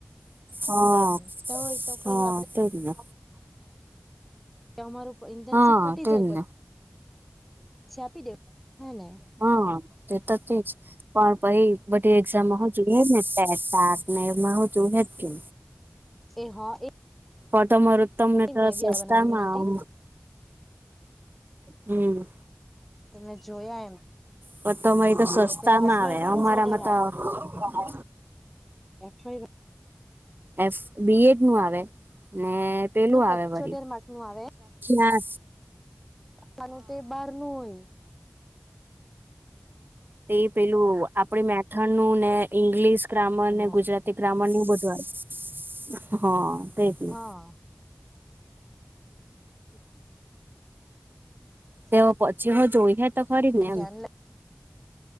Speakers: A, on the right; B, in the centre.
A: હા
B: એમ તો હોય તો
A: હા
B: પછી
A: તેજ ને,
B: કે અમાર ઇન્ટર્નશીપ
A: હા
B: પટી
A: તેજ
B: જાય પછ
A: ને
B: છી આપી દેવ હે ને.
A: હા, તે તો છે જ. પણ પહી બધી એક્ઝામ હોવો જોઈએ ને <unintelligible> ના ને, એમાં <inaudible> <inaudible> હું હસતો હતો કે
B: એ હા એ
A: ફટમર. તમને તો
B: મેં બી આ
A: સસ્તામાં.
B: બનાવટી બનાવટી
A: હમ.
B: તમે જોયા એમ
A: પટોરી તો સસ્તામાં
B: તેમાં સિલાઈ
A: આવે
B: વાળું
A: અમારામાં
B: જ વધારે
A: તો. હા.
B: એફય બ.
A: એફબી. એડ. નું આવે ને, પેલું
B: નું
A: આવે
B: પચોતેર
A: વળી.
B: માર્ક નું આવે
A: હા.
B: પોતાનું તે બહારનું હોય
A: તે પેલું આપણે મેથડનું ને, ઈંગ્લિશ ગ્રામર
B: હમણાં
A: ને ગુજરાતી. ગ્રામરનું એ બધું આવે, હા. તેજ
B: હા.
A: ને
B: સલાહ
A: તેવો પછી હ જોઈ હા. તમારી મેમ
B: ધ્યાન
A: <inaudible>